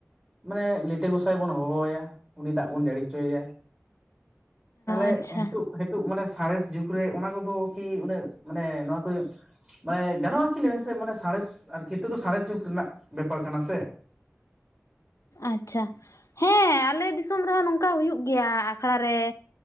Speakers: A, on the right; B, on the left.
A: ᱢᱟᱱᱮ ᱞᱤᱴᱟᱹ ᱜᱚᱸᱥᱟᱭ ᱵᱚᱱ ᱦᱚᱦᱚᱣᱟᱭᱟ ᱩᱱᱤ ᱫᱟᱜ ᱵᱚᱱ ᱡᱟᱹᱲᱤ ᱦᱚᱪᱚᱭᱮᱭᱟ ᱛᱟᱦᱚᱞᱮ
B: ᱟᱪᱪᱷᱟ
A: ᱦᱤᱛᱳᱜ <inaudible> ᱦ ᱢᱟᱱᱮ ᱥᱟᱬᱮᱥ ᱡᱩᱜᱽ ᱨᱮ ᱚᱱᱟ ᱠᱚᱫᱚ ᱠᱤ ᱩᱱᱟᱹᱜ ᱢᱟᱱᱮ ᱱᱚᱣᱟ ᱠᱚ ᱢᱟᱱᱮ ᱜᱟᱱᱚᱜᱼᱟ ᱠᱤ ᱞᱟᱹᱭ ᱢᱮᱥᱮ ᱢᱟᱱᱮ ᱥᱟᱬᱮᱥ ᱟᱨ ᱠᱨᱠᱤ ᱫᱚ ᱥᱟᱬᱮᱥ ᱡᱩᱜᱽ ᱨᱮᱱᱟᱜ ᱵᱮᱯᱟᱨ ᱠᱟᱱᱟ ᱥᱮ
B: ᱟᱪᱪᱷᱟ ᱦᱮᱸ ᱟᱞᱮ ᱫᱤᱥᱚᱢ ᱨᱮᱦᱚᱸ ᱱᱚᱝᱠᱟ ᱦᱩᱭᱩᱜ ᱜᱮᱭᱟ ᱟᱠᱷᱲᱟ ᱨᱮ